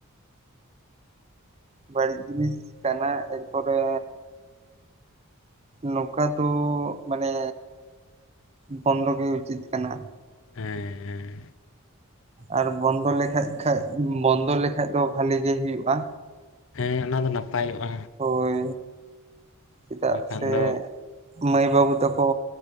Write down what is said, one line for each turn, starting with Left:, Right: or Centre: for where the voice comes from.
Right: ᱵᱟᱹᱲᱤᱡ ᱡᱤᱱᱤᱥ ᱠᱟᱱᱟ ᱮᱠᱯᱚᱨᱮ ᱱᱚᱝᱠᱟ ᱫᱚ ᱢᱟᱱᱮ ᱵᱚᱱᱫᱚ ᱜᱮ ᱩᱪᱤᱛ ᱠᱟᱱᱟ᱾
Left: ᱦᱮᱸᱻᱦᱮᱸ
Right: ᱟᱨ ᱵᱚᱱᱫᱚ ᱞᱮᱠᱷᱟᱡ ᱠᱷᱟᱱ ᱵᱚᱱᱫᱚ ᱞᱮᱠᱷᱟᱡ ᱫᱚ ᱵᱷᱟ. ᱞᱤ ᱜᱮ ᱦᱩᱭᱩᱜᱼᱟ᱾
Left: ᱦᱮᱸ ᱚᱱᱟ ᱫᱚ ᱱᱟᱯᱟᱭᱚᱜᱼᱟ᱾
Right: ᱦᱳᱭ ᱪᱮᱫᱟᱜ
Left: ᱵᱟᱠᱷᱟᱱ
Right: ᱥᱮ
Left: ᱫᱚ
Right: ᱢᱟᱹᱭ-ᱵᱟᱹᱵᱩ ᱛᱮᱠᱚ